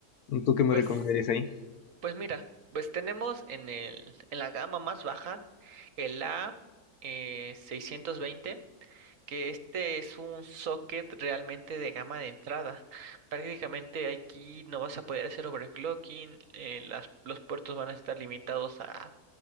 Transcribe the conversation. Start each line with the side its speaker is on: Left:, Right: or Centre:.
Left: ¿Tú qué me
Right: Pues
Left: recomendarías ahí?
Right: Pues mira, pues tenemos en el, en la gama más baja el A620, que este es un socket realmente de gama de entrada. Prácticamente aquí no vas a poder hacer overclocking, eh, las- los puertos van a estar limitados a,